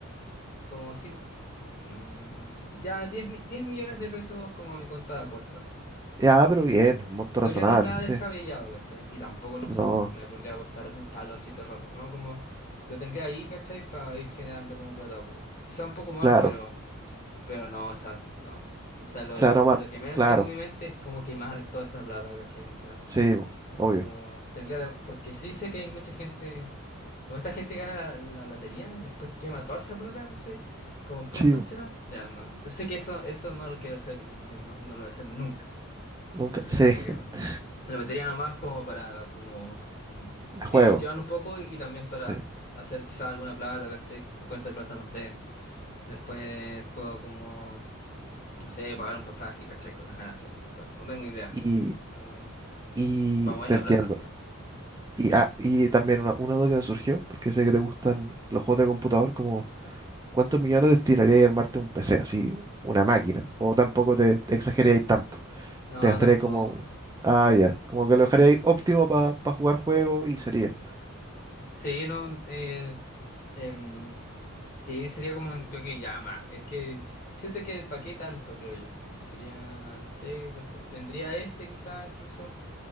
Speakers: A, on the left; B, on the right.
A: como cinco, mm, ya diez mi- 10 millones de pesos como a mi cuenta de apuestas.
B: Ya,
A: Como...
B: pero bien, un monto
A: Según
B: razonable,
A: yo no es nada descabellado,
B: sí.
A: ¿cachai? Y tampoco, no
B: No,
A: sé, pues, me pondría a costar un palo así todo el rato, ¿no? Como lo tendría ahí, ¿cachai? Para ir generando como plata a poco. Quizá un poco más,
B: claro,
A: pero, pero no, o sea, no. O sea, lo,
B: o sea,
A: lo
B: no más,
A: que menos
B: claro,
A: tengo en mi mente es como quemar toda esa plata, ¿cachai? O sea,
B: sí, bo, obvio,
A: como tendría... de- Porque sí sé que hay mucha gente... Como esta gente que gana la, la lotería, después quema toda esa plata, ¿cachai? Como en puras
B: sí,
A: tonteras.
B: bo,
A: Ya, no, yo sé que eso, eso no lo quiero hacer y no lo, no lo voy a hacer nunca.
B: nunca,
A: Entonces,
B: sí,
A: como que
B: <laughs>
A: lo metería nomás como para como, como
B: de
A: diversión
B: juego,
A: un poco y también para
B: sí.
A: hacer quizás alguna plata, ¿cachai? Si Con esa plata, no sé. Después puedo como, no sé, pagar un pasaje, ¿cachai? Con las ganancias de esa plata. No tengo idea.
B: Y,
A: Pero
B: y
A: para mover
B: te
A: la
B: entiendo.
A: plata al final. Mm.
B: Y, ah, y también una, una duda que me surgió, porque sé que te gustan los juegos de computador como ¿Cuántos millones destinarías a armarte un PC, así, una máquina? O tampoco te, te exagerarías
A: <laughs>
B: tanto.
A: No,
B: Te gastarías
A: tampoco.
B: como, un- ah, ya, como que lo
A: Sí.
B: dejarías óptimo para jugar juegos y sería.
A: Sí, no. eh, em, Sí, sería como un toque llama. Es que siento que para qué tanto, creo yo. Sería, no sé, costaría- vendría este quizás incluso